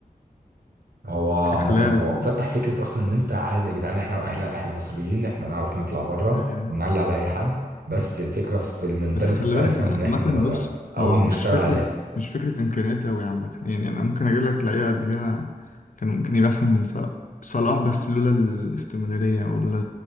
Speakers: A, on the right; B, on the left.
A: هو عامة
B: اخلاق
A: هو
B: و...
A: فتح فكرة أصلا إن أنت عادي يا جدعان إحنا إحنا إحنا مصريين إحنا نعرف نطلع بره
B: أيوة. أيوة.
A: ونعلي على أي حد بس الفكرة في المنتاليتي
B: بس خلي
A: بتاعتنا
B: بالك ان عامة
A: إن إحنا نغيرها
B: بص هو
A: أو نشتغل
B: مش فكرة
A: عليها
B: مش فكرة امكانيات قوي عامة يعني انا ممكن اجيب لك لعيبة قد كده كان ممكن يبقى احسن من صلاح صلاح بس لولا الاستمرارية او لولا